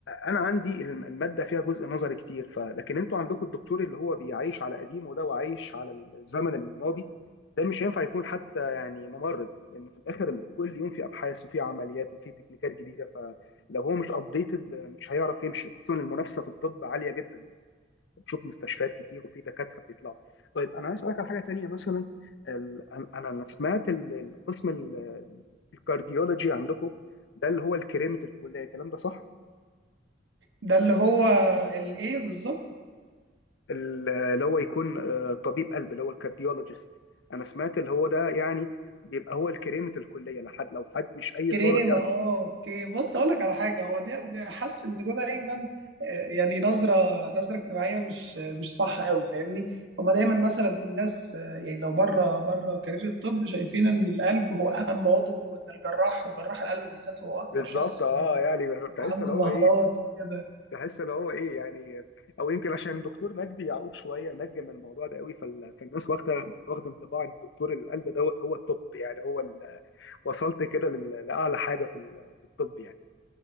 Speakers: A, on the left (about 70°); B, on the right (about 70°).
A: انا عندي الم- الماده فيها جزء نظري كتير ف لكن انتوا عندكم الدكتور اللي هو بيعيش على قديمه ده وعايش على الزمن الماضي ده مش هينفع يكون حتى يعني ممرض لان في الاخر ال- كل يوم في ابحاث وفي عمليات وفي تكنيكات جديده فلو هو مش ابديتد مش هيعرف يمشي خصوصا المنافسه في الطب عاليه جدا بتشوف مستشفيات كتير وفي دكاتره بيطلعوا طيب انا عايز اسالك على حاجه تانيه مثلا ال- انا أنا- أنا سمعت ال- القسم ال- الكارديولوجي عندكم ده اللي هو الكريمه الكليه الكلام ده صح
B: ده اللي هو الايه بالظبط
A: ال- اللي هو يكون آه، طبيب قلب اللي هو الكارديولوجيست انا سمعت اللي هو ده يعني بيبقى هو الكريمه الكليه لحد لو حد مش اي
B: كريمه
A: طالب يعرف
B: اه اوكي بص اقول لك على حاجه هو دي دي- حاسس ان ده دايما آه، يعني نظره نظره اجتماعيه مش مش صح قوي فاهمني هما دايما مثلا الناس آه، يعني لو بره بره كارير الطب شايفين ان القلب هو اهم عضو وان الجراح وجراح القلب بالذات هو اكتر
A: بالظبط
B: شخص
A: اه يعني تحس
B: عنده
A: اللي هو
B: مهارات
A: ايه
B: وكده
A: تحس اللي هو ايه يعني او يمكن عشان دكتور مجدي يعقوب شويه نجم الموضوع ده قوي فال... فالناس واخده واخده انطباع ان دكتور القلب دوت هو التوب يعني هو ال... وصلت كده لل... لاعلى حاجه في, ال... في الطب يعني